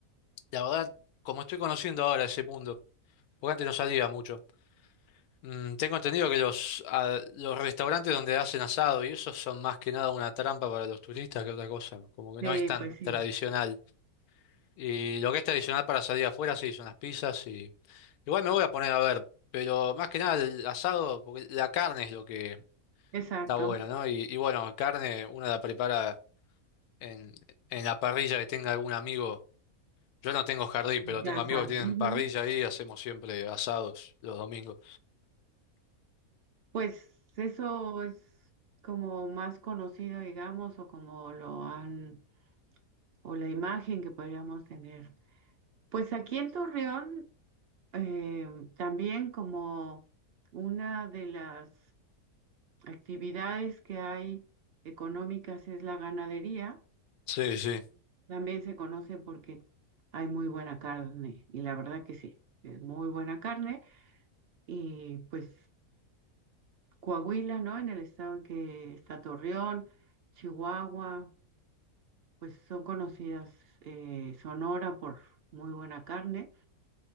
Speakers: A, on the left; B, on the right.
A: la verdad, como estoy conociendo ahora ese mundo. Porque antes no salía mucho. Mm, tengo entendido que los, a- los restaurantes donde hacen asado y eso son más que nada una trampa para los turistas que otra cosa. Como que
B: Sí,
A: no es tan
B: pues sí,
A: tradicional. Y lo que es tradicional para salir afuera, sí, son las pizzas y... Igual me voy a poner a ver, pero más que nada el asado, porque la carne es lo que
B: exacto,
A: está bueno, ¿no? Y, y bueno, carne uno la prepara en, en la parrilla que tenga algún amigo. Yo no tengo jardín,
B: en
A: pero
B: casa.
A: tengo amigos que tienen
B: ujú.
A: parrilla ahí y hacemos siempre asados los domingos.
B: Pues eso es como más conocido, digamos, o como lo han, o la imagen que podríamos tener. Pues aquí en Torreón, eh, también como una de las actividades que hay económicas es la ganadería.
A: Sí, sí.
B: También se conoce porque hay muy buena carne y la verdad que sí, es muy buena carne y pues Coahuila, ¿no? En el estado en que está Torreón, Chihuahua, pues son conocidas eh, Sonora por muy buena carne.